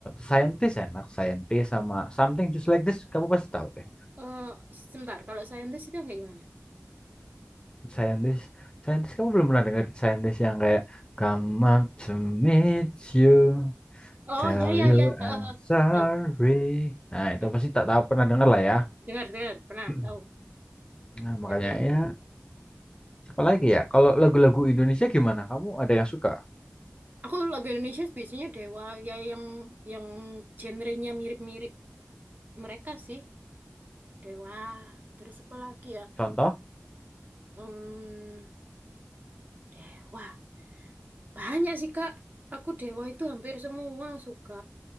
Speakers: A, on the left; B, on the right.
A: scientist enak. Scientist sama something just like this kamu pasti tahu deh.
B: Eh, sebentar, kalau saintis itu yang kayak gimana?
A: Scientist, scientist kamu belum pernah dengar scientist yang kayak come up to meet you,
B: Oh,
A: tell
B: ya, ya,
A: you
B: ya. Eh, eh,
A: I'm
B: eh.
A: sorry.
B: Tahu.
A: Nah
B: Ya,
A: itu pasti tak tahu pernah dengar lah ya.
B: dengar, dengar. Pernah,
A: <clears throat>
B: tahu.
A: Nah makanya
B: Ya, tahu.
A: ya siapa lagi ya? Kalau lagu-lagu Indonesia gimana? Kamu ada yang suka?
B: Aku lagu Indonesia biasanya Dewa, ya yang yang genrenya mirip-mirip mereka sih. Dewa, terus apa lagi ya?
A: Contoh
B: Hmm, Dewa. Banyak sih, Kak. Aku Dewa itu hampir semua suka.